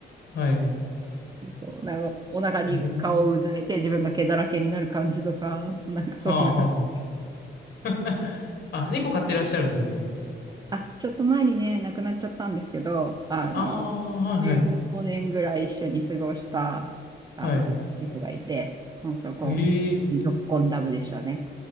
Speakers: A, on the left (about 50°); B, on the right (about 20°).
A: はい。
B: そう、なんかお腹に顔をうずめて自分が毛だらけになる感じとか、
A: あ、ええ
B: なんかそういうのが好きです。
A: はあはあ。<laughs> あ、猫飼ってらっしゃるんですね。
B: あ、ちょっと前にね、亡くなっちゃったんですけど、あの、
A: ああ、はいはい。
B: 15年ぐらい一緒に過ごした、あの、
A: はい。
B: 猫がいて、もうそこ、
A: ええ
B: ぞっこんラブでしたね。